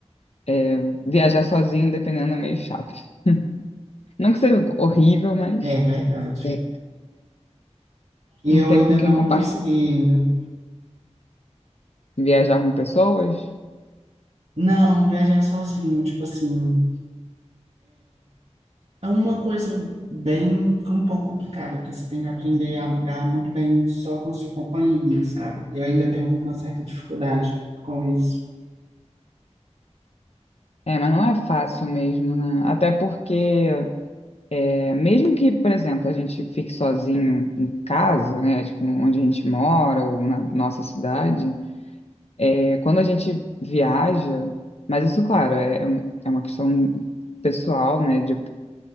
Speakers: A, on the left; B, on the right.
A: é, viajar sozinho, dependendo, é meio chato. <laughs> Não que seja horrível, mas
B: É verdade.
A: É.
B: E
A: não
B: eu
A: tem
B: ainda
A: com quem
B: não
A: compartilhar.
B: consegui ainda.
A: Viajar com pessoas.
B: Não, viajar sozinho, tipo assim, é uma coisa bem um pouco complicada, porque você tem que aprender a lidar muito bem só com a sua companhia, sabe? eu ainda tenho uma certa dificuldade com isso.
A: É, mas não é fácil mesmo, né? Até porque, é, mesmo que, por exemplo, a gente fique sozinho em casa, né? Tipo, onde a gente mora ou na nossa cidade, é, quando a gente viaja, mas isso, claro, é, é uma questão pessoal, né? De